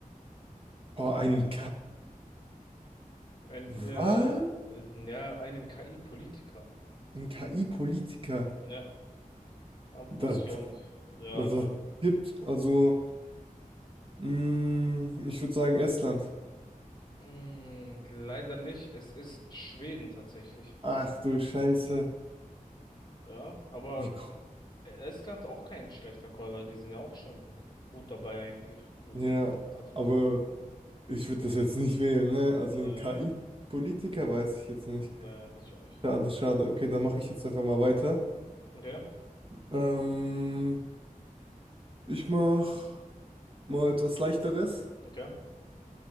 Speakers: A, on the right (about 40°); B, on the left (about 30°).
A: Oh, ein
B: Ein, äh,
A: KI-Wahl?
B: äh, ja, einen KI-Politiker.
A: Ein KI-Politiker?
B: Ja, aber
A: Das,
B: wusste ich auch nicht. Ja,
A: das, das gibt, also, mh, ich würde sagen Estland.
B: mh, leider nicht. Es ist Schweden tatsächlich.
A: Ach du Scheiße.
B: Ja, aber
A: Wie, ko-
B: Estland auch kein schlechter Call, weil die sind ja auch schon gut dabei eigentlich. So,
A: ja,
B: Entwicklung.
A: aber ich würde das jetzt nicht wählen, ne? Also
B: Äh,
A: ein KI-Politiker
B: äh,
A: weiß ich jetzt nicht.
B: weiß ich auch nicht.
A: Schade, schade. Okay, dann mache ich jetzt einfach mal weiter.
B: Okay,
A: Ähm, Ich mach mal etwas Leichteres.
B: okay.